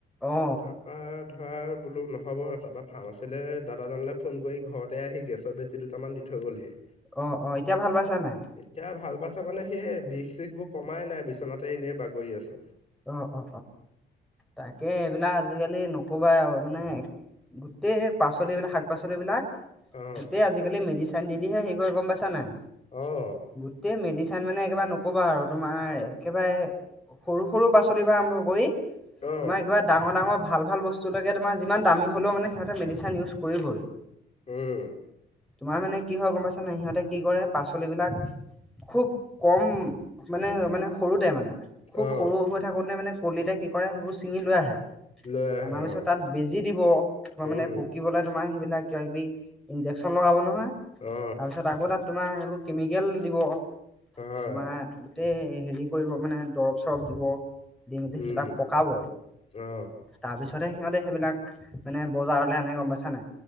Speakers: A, in the centre; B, on the left.
A: অ
B: তাৰ পৰাা ধৰা বোলো নহ'ব তাৰপা ফাৰ্ম আছে আচে দাদাজনলৈ ফোন কৰি ঘৰতে আহি গেছৰ বেজি দুটামান দি থৈ গ'লহি
A: অ অ এতিয়া ভাল পাইছা নাই
B: এতিয়া ভাল পাইছে মানে সেই বিষ চষ বোৰ কমাই নাই বিচনাতে এনেই বাগৰি আছো
A: অ অ তাকে এইবিলাক আজিকালি নকবাই আৰু মানে গোটেই পাচলিবলাক শাক পাচলিিবলাক
B: অ
A: গোটেই আজিকালি মেডিচিন দি দিহে সেই কৰি গম পাইছা নাই
B: অ
A: গোটেই মেডিচন মানে একেবাৰে নকবা আৰু তোমাৰ একেবাৰে সৰু সৰু পাচলিৰ পৰা আৰম্ভ কৰি
B: অ
A: তোমাৰ কিবা ডাঙৰ ডাঙৰ ভাল ভাল বস্তু লকে তোমাৰ যিমান দামী হ'লেও মানে সিহঁতে মেডিচিন ইউজ কৰিবই
B: উম
A: তোমাৰ মানে কি হয় গম পাইছাানে সিহঁতে কি কৰে পাচলিবিলাক খুব কম মানে মানে সৰুতোই মানে খুব
B: অ
A: সৰু হৈ থাকোতে মানে কলিতাই কি কৰে সেইবোৰ ছিঙি লৈ আহে
B: লৈ আহে
A: অনাৰ পিছত
B: অ
A: তাত বেজি দিব তোমাৰ
B: উম
A: মানে পকিবলৈ তোমাৰ সেইবাক ন কি ইনজেকশচন লগাব নহয়
B: অ
A: তাৰপিছত আকৌ তাত তোমাৰ সেইবোৰ কেমিকেল দিব
B: হয়
A: তোমাৰ গোটেই হেৰি কৰিব মানে দৰব চৰব দিব দি মেলি সেইবিলাক
B: উম
A: পকাব
B: অ
A: তাৰপিছতে সিহঁতে সেইবিলাক মানে বজাৰলৈ আনে গম পাইছা নাই